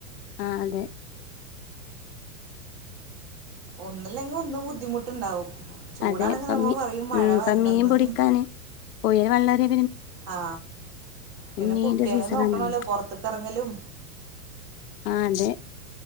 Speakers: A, on the left (about 80°); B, on the right (about 50°).
A: ആ അതെ
B: ഒന്നില്ലെങ്കിൽ ഒന്നു ബുദ്ധിമുട്ടുണ്ടാവും ചൂടാണെങ്കിൽ
A: അതെ. ഇപ്പൊ
B: നമ്മ
A: മി
B: പറയും മഴ
A: മ്
B: വരണംന്ന്
A: പ്പ മീൻ പുടിക്കാന് പോയേല് വള്ളരെ
B: ആ പിന്നെ
A: മീന്റെ
B: കുട്ടികളെ
A: സീസണാണല്ലോ
B: നോക്കണല്ലോ പൊറത്ത്ക്കെറങ്ങലും.
A: ആ അതെ